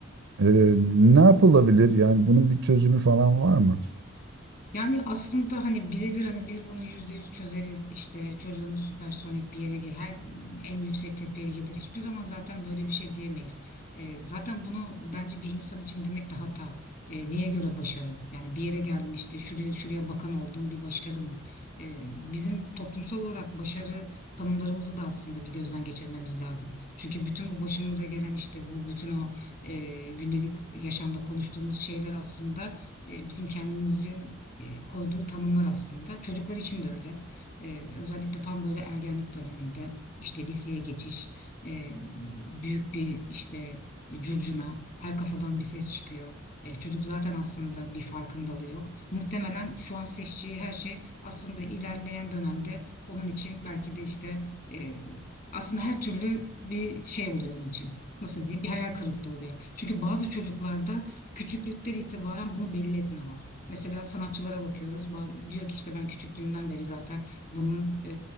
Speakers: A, on the right (about 70°); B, on the left (about 40°).
A: E, ne yapılabilir? Yani bunun bir çözümü falan var mı?
B: Yani aslında hani birebir hani biz bunu yüzde yüz çözeriz işte çocuğunuz süpersonik bir yere gir her en yüksek tepeye gelir hiçbir zaman zaten böyle bir şey diyemeyiz. Ee, zaten bunu bence bir insan için demek de hata. Ee, neye göre başarı? Yani bir yere geldin işte şuraya şuraya bakan oldun bir başarı mı? Ee, bizim toplumsal olarak başarı tanımlarımızı da aslında bir gözden geçirmemiz lazım. Çünkü bütün bu başımıza gelen işte bu bütün o e, gündelik yaşamda konuştuğumuz şeyler aslında e, bizim kendimizin e, koyduğu tanımlar aslında. Çocuklar için de öyle. E, özellikle tam böyle ergenlik döneminde işte liseye geçiş, e, büyük bir işte curcuna, her kafadan bir ses çıkıyor. E, çocuk zaten aslında bir farkındalığı yok. Muhtemelen şu an seçtiği her şey aslında ilerleyen dönemde onun için belki de işte e, aslında her türlü bir şey oluyor onun için. Nasıl diyeyim? Bir hayal kırıklığı oluyor. Çünkü bazı çocuklarda küçüklükten itibaren bunu belli etme var. Mesela sanatçılara bakıyoruz. Ba- Diyor ki işte ben küçüklüğümden beri zaten bunun e,